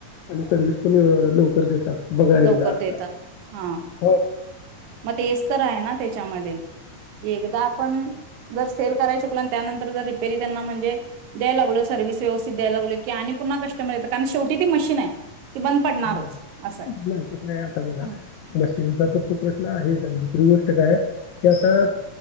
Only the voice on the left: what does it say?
आणि सर्विस पण लवकर देतात. बघा
एकदा असं
हो.
हस
आता बघा
मशीनचा तर खूप प्रश्न आहे आणि दुसरी गोष्ट काय की आता